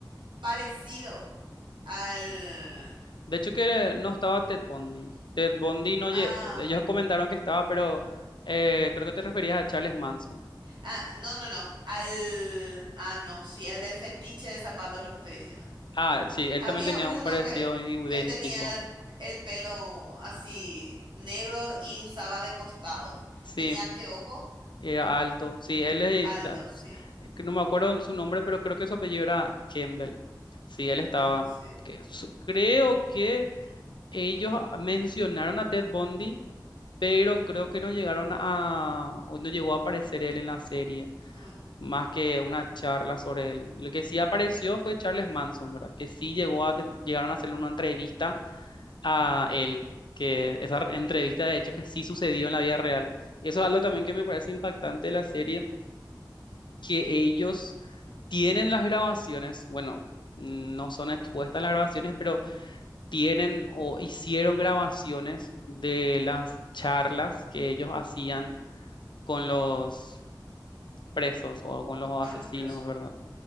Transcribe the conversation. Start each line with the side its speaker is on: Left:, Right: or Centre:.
Right: parecido al...
Left: De hecho que no estaba Ted Bundy. Ted Bundy no,
Right: a-
Left: lle- ellos comentaron que estaba, pero eh, creo que te referías a Charles Manson.
Right: Ah, no, no, no. Al. Ah, no, sí, al del fetiche de zapatos, lo que estoy diciendo.
Left: Ah, sí, él
Right: Había
Left: también tenía
Right: uno
Left: un parecido
Right: que,
Left: idéntico.
Right: que tenía el, pelo así negro y usaba de costado.
Left: Sí,
Right: Tenía anteojos
Left: era alto. Sí, él es,
Right: altos,
Left: ta-
Right: sí.
Left: que no me acuerdo su nombre, pero creo que su apellido era Campbell. Sí, él estaba.
Right: Ah, sí.
Left: que su- creo que Ellos mencionaron a Ted Bundy, pero creo que no llegaron a, o no llegó a aparecer él en la serie,
Right: Ah,
Left: más que una charla sobre él. Lo que sí apareció fue Charles Manson, ¿verdad? Que sí llegó a,
Right: sí.
Left: ten- llegaron a hacerle una entrevista a él, que esa entrevista de hecho que sí sucedió en la vida real. Y eso es algo también que me parece impactante de la serie, que ellos tienen las grabaciones, bueno, no son expuestas las grabaciones, pero tienen o hicieron grabaciones de las charlas que ellos hacían con los presos o con los
Right: Con
Left: asesinos,
Right: los precios.
Left: ¿verdad?